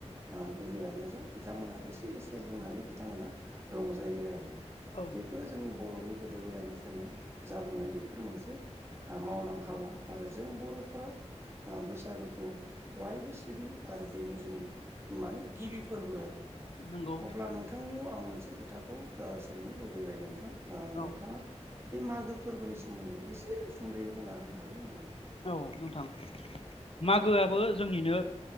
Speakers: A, on the right; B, on the left.
A: ओ बुरियानो जा बिथांमोना एसे एसे लोंनानै बिथांमोना रंजायो आरो
B: औ
A: बेफोरो जोंनि बर'नि गोदो गोदायनिफ्रायनो जाबोनाय बेफोर मोनसे ओ मावनां हाबा आरो जों बर'फोरा ओ बैसागोखौ अरायबो सिबियो आरो बेनो जोंनि माने गिबि फोरबो। आरो
B: नंगौ
A: अब्ला नोंथांनियाव आं मोनसे खोथाखौ ओ सोंनो लुबैबाय नोंथां। ओ
B: औ
A: नोंथाङा बे मागो फोरबोनि सोमोन्दै एसे सुंद'यै बुंना होनो हागोन नामा नोंथां?
B: औ नोंथां मागोआबो जोंनिनो